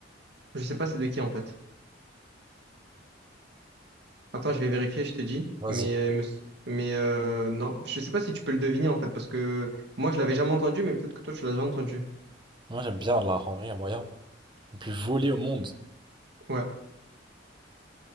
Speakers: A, on the right (about 65°); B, on the right (about 25°).
A: Je sais pas c'est de qui en fait. Attends, je vais vérifier, je te dis.
B: Vas-y.
A: Mais, euh, me- s- mais euh, non, je sais pas si tu peux le deviner en fait, parce que moi, je l'avais jamais entendu, mais peut-être que toi, tu l'as déjà entendu.
B: Moi j'aime bien l'art, en vrai, il y a moyen. Le plus volé au monde.
A: Ouais.